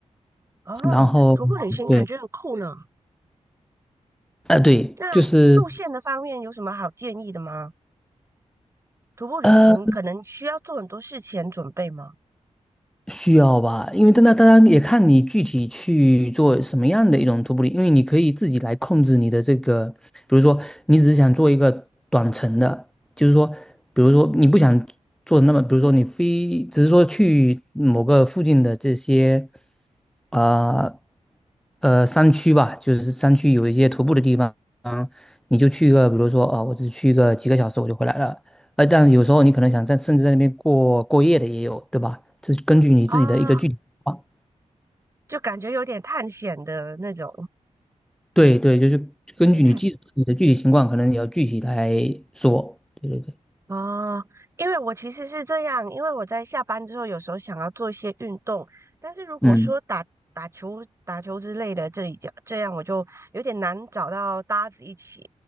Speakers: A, on the right; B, in the centre.
A: 哦，
B: 然后对，
A: 徒步旅行感觉很酷呢。
B: 呃，对，
A: 那路线的方面有什么好建议的吗？
B: 就是。
A: 徒步旅行可能需要做很多事前准备吗？
B: 呃。需要吧，因为但那当然也看你具体去做什么样的一种徒步旅，因为你可以自己来控制你的这个，比如说你只是想做一个短程的，就是说，比如说你不想做那么，比如说你非只是说去某个附近的这些，呃呃山区吧，就是山区有一些徒步的地方，你就去一个，比如说啊、我只去一个几个小时我就回来了，呃，但有时候你可能想在甚至在那边过过夜的也有，对吧？这是根据你自己的一个具体情况。
A: 啊、就感觉有点探险的那种，
B: 对对，就是根据你具你的具体情况，
A: 嗯，探
B: 可能你要具体来说。对对对，
A: 哦，因为我其实是这样，因为我在下班之后有时候想要做一些运动，但是如果说打打球、
B: 嗯
A: 打球之类的，这一家这样我就有点难找到搭子一起，